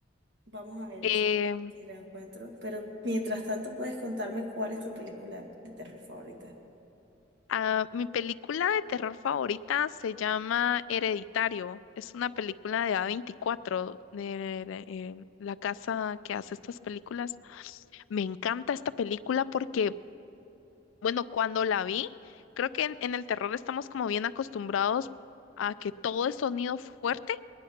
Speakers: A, on the right; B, on the left.
A: Vamos a ver
B: em,
A: si, si la encuentro. Pero mientras tanto, puedes contarme cuál es tu película de terror favorita.
B: Ah, mi película de terror favorita se llama Hereditario. Es una película de a veinticuatro, de, de- eh, la casa que hace estas películas. Me encanta esta película porque, bueno, cuando la vi, creo que en, en el terror estamos como bien acostumbrados a que todo es sonido fuerte